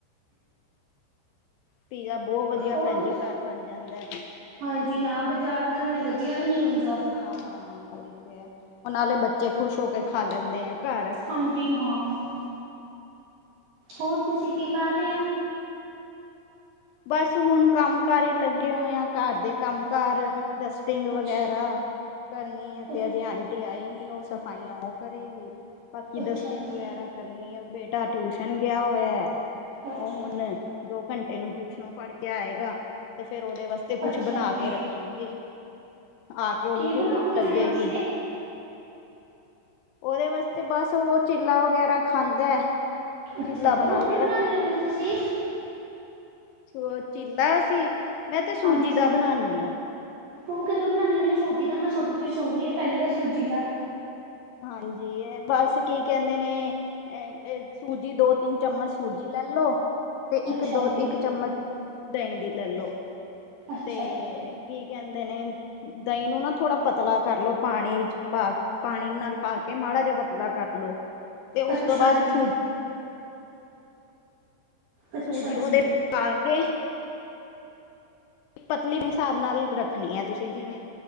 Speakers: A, on the left (about 80°); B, on the right (about 60°).
A: ਪੀਜਾ ਬੋਤ ਵਧੀਆ
B: ਹੋਰ
A: ਭੈਨਜੀ
B: ਤੁਸੀਂ
A: ਘਰ ਬਨ ਜਾਂਦਾ।
B: ਹਾਂਜੀ ਹਾਂ ਬਾਜਾਰ ਦਾ ਨਾਲੇ ਵਧੀਆ ਵੀ ਨੀ ਹੁੰਦਾ।
A: ਹਾਂ, ੳਈ ਤੇ ਏ, ਔਰ ਨਾਲੇ ਬੱਚੇ ਖੁਸ਼ ਹੋ ਕੇ ਖਾ ਲੈਂਦੇ ਐਂ ਘਰ।
B: ਹਾਂਜੀ ਹਾਂ। ਹੋਰ ਤੁਸੀ ਕੀ ਕਰ ਰਂਏ ੳ?
A: ਬਸ ਹੁਣ ਕੰਮ ਕਾਰ ਈ ਲੱਗੇ ਹੋਏ ਆਂ, ਘਰ ਦੇ ਕੰਮ ਕਾਰ। ਡਸਟਿੰਗ
B: ਅੱਛਾ
A: ਵਗੈਰਾ ਕਰਨੀ ਐ,
B: ਅੱਛਾ
A: ਤੇ ਅਜੇ ਆਂਟੀ ਆਈ ਨੀ ੳਹ ਸਫਾਈਆਂ ੳਹ ਕਰੇਗੀ। ਬਾਕੀ
B: ਅੱਛਾ
A: ਡਸਤਿੰਗ ਵਗੈਰਾ
B: ਜੀ,
A: ਕਰਨੀ ਐ, ਬੇਟਾ ਟਿਊਸ਼ਨ ਗਿਆ ਹੋਏਆ ੳਹ
B: ਅੱਛਾ
A: ਹੁਣ
B: ਜੀ,
A: ਦੋ ਘੰਟੇ ਨੂੰ ਟਿਊਸ਼ਨੋ ਪਢ਼ ਕੇ ਆਏਗਾ ਤੇ ਫੇਰ ੳਦੇ ਵਾਸਤੇ ਕੁਛ
B: ਅੱਛਾ
A: ਬਨਾ
B: ਜੀ।
A: ਕੇ ਰੱਖਾਂਗੀ। ਆ ਕੇ ੳਨੂੰ
B: ਕੀ
A: ਵੀ
B: ਬਣਾਓਗੇ
A: ਭੁੱਖ ਲੱਗੇਗੀ
B: ਖਾਣੇ ਵਾਸਤੇ?
A: ਤੇ ੳਰੇ ਵਾਸਤੇ ਬਸ ੳਹ ਚੀਲਾ ਵਗੈਰਾ ਖਾਂਦਾ,
B: ਅੱਛਾ
A: ਚੀਲਾ
B: ਜੀ,
A: ਬਨਾ
B: ਉਹ ਕਿਵੇਂ
A: ਕੇ
B: ਬਣਾਉਂਦੇ
A: ਰੱਖਾਂਗੀ‌।
B: ਹੁੰਦੇ ਹੋ ਤੁਸੀਂ?
A: ਸੁ ੳ ਚੀਲਾ ਸੀ। ਮੈਂ ਤੇ ਸੂਜੀ
B: ਹਾਂਜੀ।
A: ਦਾ ਬਨਾਨੀ ਆ।
B: ਉਹ ਕਿਵੇਂ ਬਨਾਦੇ ਨੇ ਸੂਜੀ ਦਾ। ਮੈਂ ਤਾਡੇ ਤੋ ਸੁਨ ਰੀ ਆ ਪੈਲੀ ਵਾਰ ਸੂਜੀ ਦਾ।
A: ਹਾਂਜੀ। ਬਸ ਕੀ ਕੈਂਦੇ ਨੇ ਐ ਏ, ਸੂਜੀ ਦੋ-ਤਿੰਨ ਚਮਚ ਸੂਜੀ ਲੈ ਲੋ। ਤੇ
B: ਅੱਛਾ
A: ਇੱਕ ਦੋ
B: ਜੀ,
A: ਇੱਕ ਚਮਚ ਦਹੀ ਦੀ ਲੈ ਲੋ
B: ਅੱਛਾ
A: ਤੇ
B: ਜੀ,
A: ਕੀ ਕੈਂਦੇ ਨੇ, ਦਹੀਂ ਨੂੰ ਨਾ ਥੋੜਾ ਪਤਲਾ ਕਰਲੋ ਪਾਨੀ ਪਾ ਪਾਨੀ ਨਾਲ ਪਾ ਕੇ ਮਾੜਾ ਜਾ ਪਤਲਾ ਕਰ ਲੋ। ਤੇ ਉਸ
B: ਅੱਛਾ
A: ਤੋਂ ਬਾਅਦ
B: ਜੀ।
A: ਸੂਜੀ
B: ਅੱਛਾ
A: ਸੂਜੀ ਉਹਦੇ
B: ਜੀ,
A: ਚ ਪਾ ਕੇ ਪਤਲੀ ਦੇ ਹਿਸਾਬ ਨਾਲ ਰੱਖਨੀ ਐ ਤੁਸੀ, ਜਿਵੇਂ